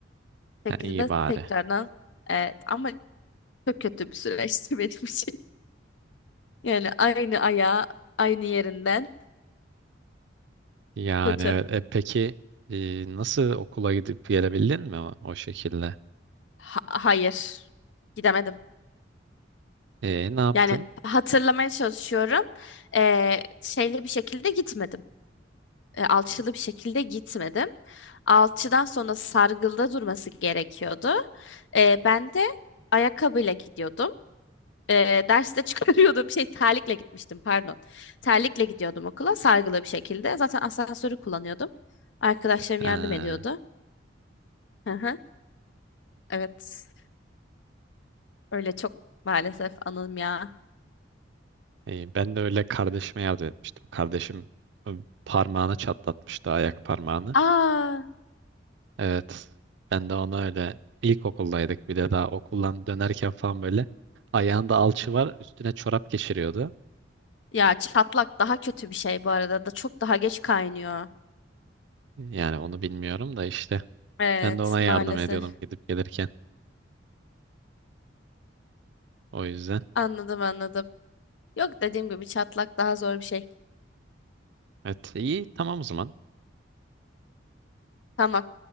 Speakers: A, on the left; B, on the right.
A: şekilde
B: ha iyi bari.
A: tekrardan evet ama çok kötü bir süreçti <laughs> benim için. Yani aynı ayağı aynı yerinden
B: Yani
A: kötü.
B: evet. E, peki e, nasıl okula gidip gelebildin mi o, o şekilde?
A: Ha- hayır. Gidemedim.
B: E, ne yaptın?
A: Yani hatırlamaya çalışıyorum. Ee, şeyli bir şekilde gitmedim. Ee, alçılı bir şekilde gitmedim. Alçıdan sonra sargılda durması gerekiyordu. Ee, ben de ayakkabıyla gidiyordum. e, derste çıkarıyordum <laughs> şey terlikle gitmiştim pardon. Terlikle gidiyordum okula sargılı bir şekilde. Zaten asansörü kullanıyordum. Arkadaşlarım
B: Ha,
A: yardım ediyordu. Hı hı. Evet. Öyle çok maalesef anım ya.
B: e, ben de öyle kardeşime yardım etmiştim. Kardeşim e, parmağını çatlatmıştı ayak parmağını.
A: Aa
B: Evet. Ben de ona öyle ilkokuldaydık bir de daha okuldan dönerken falan böyle ayağında alçı var üstüne çorap geçiriyordu.
A: ya çatlak daha kötü bir şey bu arada da çok daha geç kaynıyor.
B: Yani onu bilmiyorum da işte
A: Evet
B: ben de ona
A: maalesef.
B: yardım ediyordum gidip gelirken. O yüzden.
A: Anladım anladım. Yok dediğim gibi çatlak daha zor bir şey.
B: Evet iyi tamam o zaman.
A: Tamam